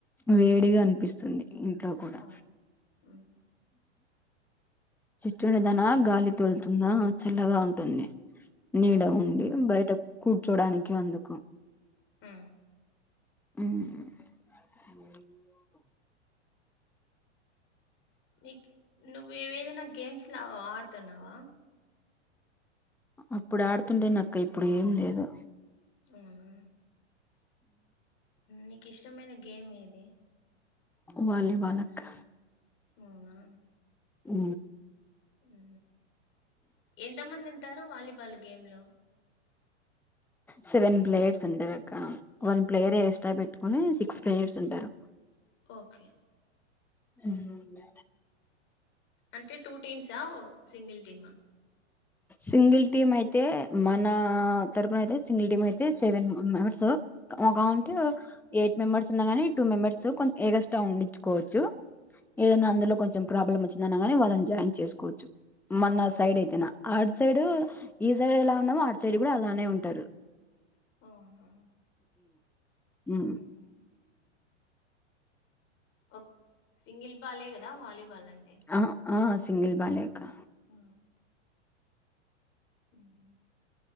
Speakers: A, in the centre; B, on the left.
A: వేడిగా అనిపిస్తుంది ఇంట్లో కూడా
B: అవును మ్మ్
A: చెట్టు ఉండదన గాలి తొలుతుందా చల్లగా ఉంటుంది నీడ
B: అవునులే
A: ఉండి బయట కూర్చోడానికి అందుకు
B: ఆ
A: ఉ
B: నీకి నువ్వు ఏవేదైనా గేమ్స్ లో ఆడుతున్నావా
A: అప్పుడు ఆడుతుండే నక్క ఇప్పుడు ఏం లేదు
B: అవునా నీకు ఇష్టమైన గేమ్ ఏది
A: వాలీబాలక్క
B: అవునా
A: ఉ
B: ఉ ఎంత మంది ఉంటారు వాలీబాల్ గేమ్ లో
A: సెవెన్ ప్లేయర్స్ ఉంటారు అక్క వన్ ప్లేయర్ ఎక్స్ట్రా పెట్టుకుని సిక్స్ ప్లేయర్స్ ఉంటారు
B: ఓకే
A: ఉంటారు
B: అంటే టూ టీమ్సా సింగిల్ టీమా
A: సింగిల్ టీమ్ అయితే మన తరపున అయితే సింగిల్ టీమ్ అయితే సెవెన్ మెంబర్స్ ఒకౌంటు
B: మ్మ్
A: ఎట్ మెంబర్స్ ఉన్నాగానీ టూ మెంబర్స్ కొ ఏగష్ట ఉండించుకోవచ్చు ఏదన్నా
B: ఓకే
A: అందులో కొంచెం ప్రాబ్లమ్ వచి నల్లనే వాళ్ళని జాయిన్ చేసుకోవచ్చు మన సైడ్ అయితేనా ఆడ్ సైడ్ ఈ సైడ్ ఎలా ఉన్నామో ఆటు సైడ్ కూడా అలానే ఉంటారు
B: ఓహో
A: ఉమ్
B: మ్మ్ ఒక్ సింగిల్ బాలే కదా వాలీబాలన్ అంటే
A: ఆ ఆ సింగిల్ బాలే కా
B: ఆ ఊహూ